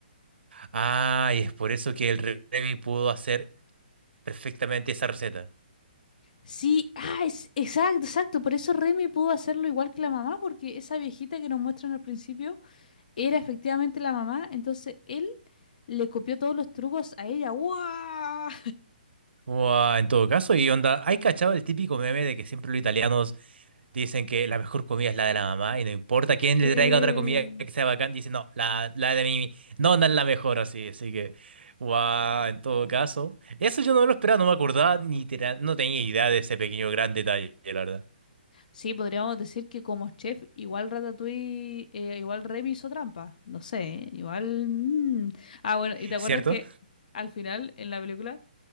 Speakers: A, on the right; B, on the left.
A: Ah, y es por eso que el Re- Remy pudo hacer perfectamente esa receta.
B: Sí, ah, es, exacto, exacto. Por eso Remy pudo hacerlo igual que la mamá, porque esa viejita que nos muestran al principio era efectivamente la mamá. Entonces él le copió todos los trucos a ella. ¡Guau!
A: Guau, en todo caso, y onda, ¿hay cachado el típico meme de que siempre los italianos Dicen que la mejor comida es la de la mamá y no importa quién
B: Sí.
A: le traiga otra comida que sea bacán, dicen, no, la, la de mi nona es la mejor, así, así que, wow, en todo caso. Eso yo no lo esperaba, no me acordaba ni tera- no tenía idea de ese pequeño gran detalle, la verdad.
B: Sí, podríamos decir que como chef, igual Ratatouille, eh, igual Remy hizo trampa. No sé, ¿eh? igual. mm. Ah, bueno, ¿y te acuerdas
A: ¿Cierto?
B: que al final en la película